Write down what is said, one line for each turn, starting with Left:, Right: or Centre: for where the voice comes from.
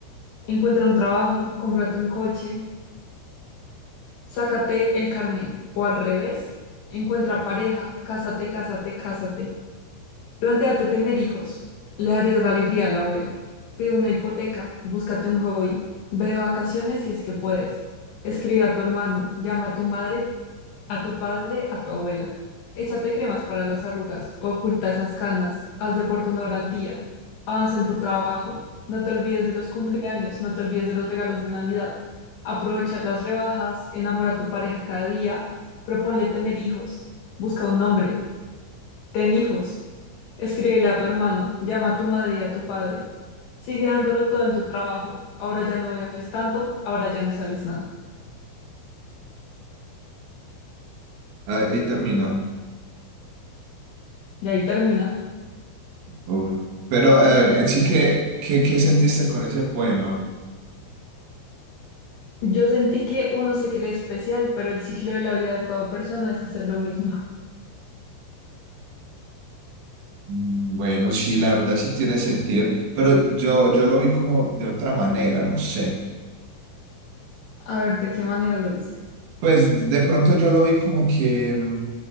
Left: Encuentra un trabajo, cómprate un coche, sácate el carné. O al revés, encuentra pareja, cásate, cásate, cásate. Plantéate tener hijos. Le darías la alegría a la abuela. Pide una hipoteca, búscate un hobby. Ve de vacaciones si es que puedes. Escribe a tu hermano, llama a tu madre a tu padre, a tu abuela. Échate cremas para las arrugas, oculta esas canas, haz deporte una hora al día, avanza en tu trabajo, no te olvides de los cumpleaños, no te olvides de los regalos de Navidad. Aprovecha las rebajas, enamora a tu pareja cada día, proponle tener hijos, busca un nombre, ten hijos, escríbele a tu hermano, llama a tu madre y a tu padre, sigue dándolo todo en tu trabajo, ahora ya no bebes tanto, ahora ya no sales nada.
Right: Ah, Ahí termina.
Left: Y ahí termina.
Right: Uf. Pero, a ver, en sí, ¿qué, qué, qué sentiste con ese poema?
Left: Yo sentí que uno se cree especial, pero el ciclo de la vida de toda persona es hacer lo mismo. <laughs>
Right: Mm, Bueno, sí, la verdad sí tiene sentido, pero yo, yo lo vi como de otra manera, no sé.
Left: A ver, ¿de qué manera lo viste?
Right: Pues de pronto yo lo vi como que, mm,